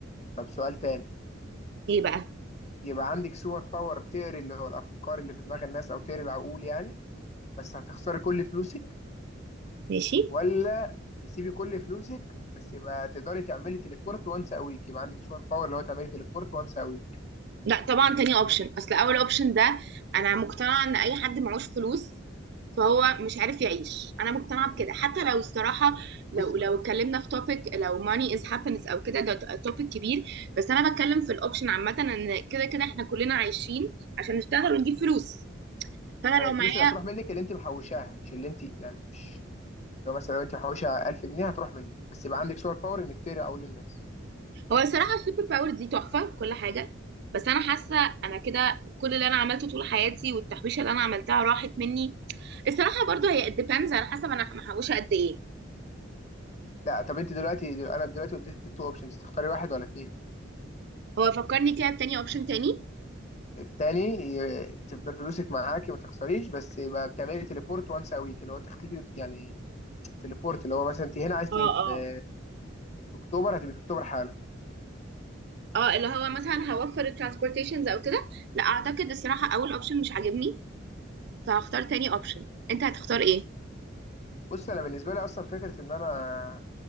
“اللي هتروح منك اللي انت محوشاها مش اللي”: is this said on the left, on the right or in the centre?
Left